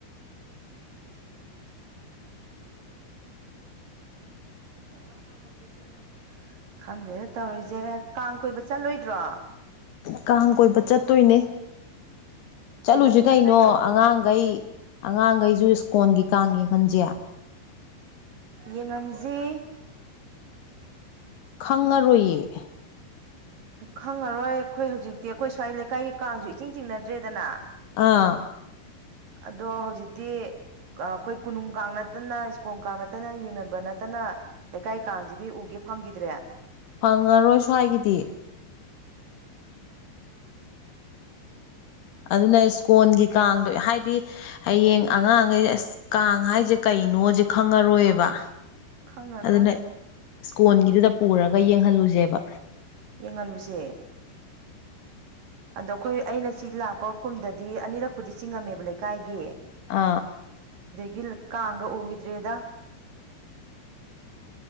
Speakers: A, on the right; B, on the left.
A: <unintelligible> <unintelligible> ꯈꯪꯗꯦ ꯇꯧꯔꯤꯁꯦ ꯀꯥꯡ ꯀꯣꯏꯕ ꯆꯠꯂꯣꯏꯗ꯭ꯔꯣ
B: ꯀꯥꯡ ꯀꯣꯏꯕ ꯆꯠꯇꯣꯏꯅꯦ ꯆꯠꯂꯨꯖꯤ
A: ꯀꯩ ꯂꯝꯗ
B: ꯀꯩꯅꯣ
A: ꯆꯠꯇꯣꯏꯅꯣ
B: ꯑꯉꯥꯡꯒꯩ ꯑꯉꯥꯡꯒꯩꯖꯨ ꯏꯁꯀꯣꯟꯒꯤ ꯀꯥꯡ ꯌ‌ꯦꯡ ꯍꯟꯖꯦ
A: ꯌꯦꯡꯉꯟꯖꯤ
B: ꯆꯪꯉꯔꯣꯏꯌꯦ
A: ꯈꯪꯉꯔꯣꯏ ꯑꯩꯈꯣꯏ ꯍꯧꯖꯤꯛꯇꯤ ꯑꯩꯈꯣꯏ ꯁ꯭ꯋꯥꯏ ꯂꯩꯀꯥꯏꯒꯤ ꯀꯥꯡꯁꯨ ꯏꯆꯤꯡ ꯆꯤꯡꯅꯗ꯭ꯔꯦꯗꯅ
B: ꯑꯥ
A: ꯑꯗꯣ ꯍꯧꯖꯤꯛꯇꯤ ꯑꯩꯈꯣꯏ ꯀꯣꯅꯨꯡ ꯀꯥꯡ ꯅꯠꯇꯅ ꯁ꯭ꯀꯨꯜ ꯀꯥꯡ ꯅꯠꯇꯅ ꯌꯦꯡꯍꯟꯕ ꯅꯠꯇꯅ ꯂꯩꯀꯥꯏ ꯀꯥꯡꯖꯤꯗꯤ ꯎꯒꯦ ꯐꯪꯒꯤꯗ꯭ꯔꯦ
B: ꯐꯪꯉꯔꯣꯏ ꯁ꯭ꯋꯥꯏꯒꯤꯗꯤ
A: ꯎꯝ
B: ꯑꯗꯨꯅ ꯏꯁꯀꯣꯟꯒꯤ ꯀꯥꯡꯗꯣ ꯍꯥꯏꯗꯤ ꯍꯌꯦꯡ ꯑꯉꯥꯡꯈꯩ ꯑꯁ ꯀꯥꯡ ꯍꯥꯏꯁꯦ ꯀꯩ ꯀꯩꯅꯣꯖ‌ꯦ ꯈꯪꯉꯔꯣꯏꯕ
A: ꯈꯪꯉꯔꯣꯏ
B: ꯑꯗꯨꯅ ꯏꯁꯀꯣꯟꯒꯤꯗꯨꯗ ꯄꯨꯔꯒ ꯌꯦꯡꯍꯜꯂꯨꯖ‌ꯦꯕ
A: ꯌꯦꯡꯍꯜꯂꯨꯁꯦ ꯑꯗꯣ ꯑꯩꯈꯣꯏ ꯑꯩꯅ ꯁꯤ ꯂꯥꯛꯄ ꯀꯨꯝꯗꯗꯤ ꯑꯅꯤꯔꯛꯄꯨꯗꯤ ꯆꯤꯡꯉꯝꯃꯦꯕ ꯂꯩꯀꯥꯏꯒꯤ
B: ꯑ
A: ꯒꯤꯜ ꯀꯥꯡꯒ ꯎꯨꯒꯤꯗ꯭ꯔ‌ꯦꯗꯥ